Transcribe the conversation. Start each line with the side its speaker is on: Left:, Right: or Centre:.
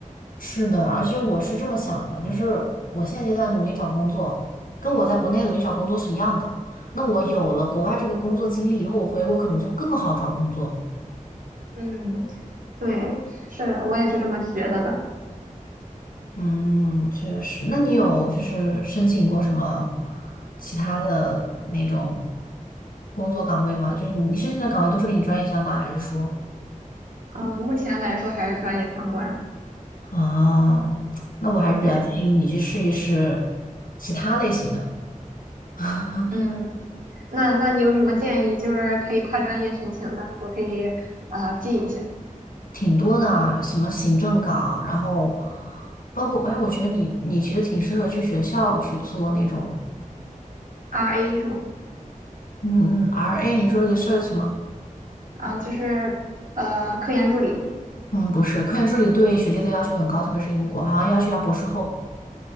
Left: 是的，而且我是这么想的，就是我现阶段努力找工作，跟我在国内努力找工作是一样的。那我有了国外这个工作经历以后，我回国可能就更好找工作。
Right: 嗯，对，是我也是这么觉得的。
Left: 嗯，确实。那你有就是申请过什么其他的那种工作岗位吗？就是你你申请的岗位都是跟你专业相关，还是说？
Right: 嗯，目前来说还是专业相关。
Left: 啊，那我还是比较建议你去试一试
Right: 对，
Left: 其他类型的，<laughs>
Right: 嗯，那那你有什么建议？就是可以跨专业申请的，我可以啊、记一下
Left: 挺多的啊，什么行政岗，然后包括哎，我觉得你你其实挺适合去学校去做那种，
Right: RA 是吗？
Left: 嗯嗯，RA 你说 research 吗？
Right: 啊、就是呃科研助理。
Left: 嗯，不是，科研助理对学历的要求很高，特别是英国，好像要求要博士后。